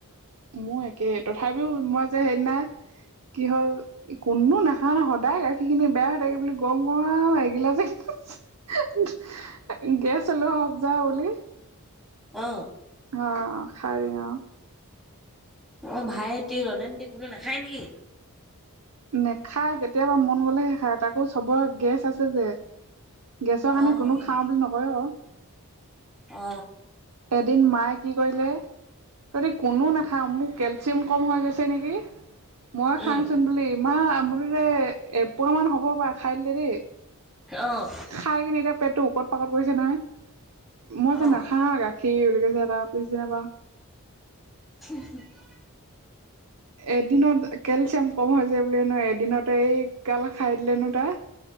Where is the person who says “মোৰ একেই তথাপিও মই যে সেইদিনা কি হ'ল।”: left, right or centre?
Right